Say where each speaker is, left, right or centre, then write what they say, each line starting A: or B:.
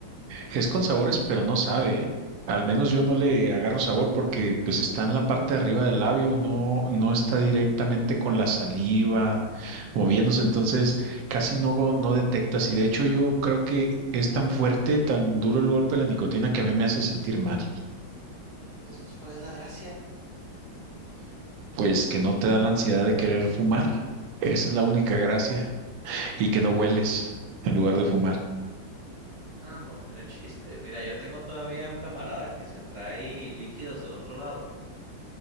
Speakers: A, on the right; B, on the right.
A: Es con sabores, pero no sabe, ¿eh? Al menos yo no le agarro sabor porque pues está en la parte de arriba del labio, no, no está directamente con la saliva moviéndose, entonces casi no, no detectas. Y de hecho yo creo que es tan fuerte, tan duro el golpe de la nicotina que a mí me hace sentir mal,
B: Entonces, pues, ¿cuál es la gracia?
A: pues que no te da la ansiedad de querer fumar. Esa es la única gracia. Y que no
B: Nah,
A: hueles
B: bro,
A: en lugar de fumar.
B: no, bro, no tiene chiste. Mira, yo tengo todavía un camarada que se trae líquidos del otro lado